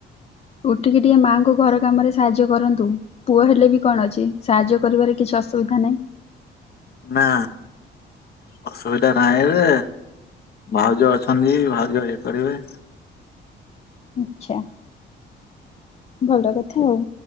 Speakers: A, on the left (about 30°); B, on the left (about 50°).
A: ଉଠିକି ଟିକେ ମାଆଙ୍କୁ ଘର କାମରେ ସାହାଯ୍ୟ କରନ୍ତୁ। ପୁଅ ହେଲେ ବି କଣ ଅଛି, ସାହାଯ୍ୟ କରିବାରେ କିଛି ଅସୁବିଧା ନାହିଁ।
B: ନା। ଅସୁବିଧା ନାହିଁ ଯେ, ଭାଉଜ ଅଛନ୍ତି ଭାଉଜ ଇଏ କରିବେ।
A: ଆଛା। ଭଲ କଥା ଆଉ,